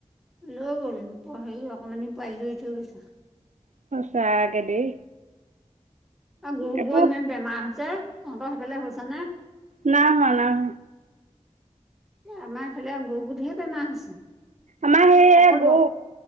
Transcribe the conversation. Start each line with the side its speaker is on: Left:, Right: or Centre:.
Centre: লৈ গ'ল হেৰি অকণমানি পোৱালিটো এৰি থৈ গৈছে।
Right: সচাকে দেই
Centre: ত গৰুবোৰ
Right: একো
Centre: ইমান বেমাৰ হৈছে তহঁতৰ সেইফালে হৈছে নে?
Right: নাই হোৱা নাই হোৱা।
Centre: আমাৰ এইফালে গৰু বোৰ ধেৰ বেমাৰ হৈছে
Right: আমাৰ সেই
Centre: অকল
Right: গৰু
Centre: বস